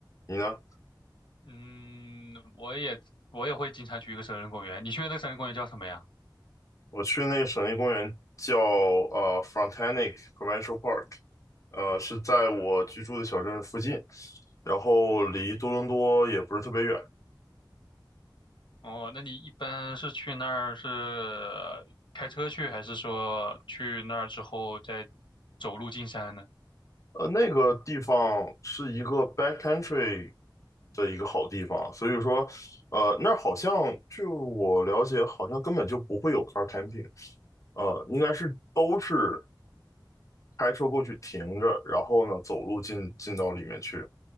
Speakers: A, on the left; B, on the left.
A: 你呢？
B: 嗯，我也我也会经常去一个森林公园。你去的那个森林公园叫什么呀？
A: 我去那个省立公园叫呃 f r o n t e n a c Provincial Park，呃，是在我居住的小镇附近，然后离多伦多也不是特别远，
B: 哦，那你一般是去那儿是开车去，还是说去那儿之后再走路进山呢？
A: 呃，那个地方是一个 backcountry 的一个好地方，所以说，呃，那儿好像据我了解，好像根本就不会有 car camping，呃，应该是都是开车过去停着，然后呢，走路进进到里面去，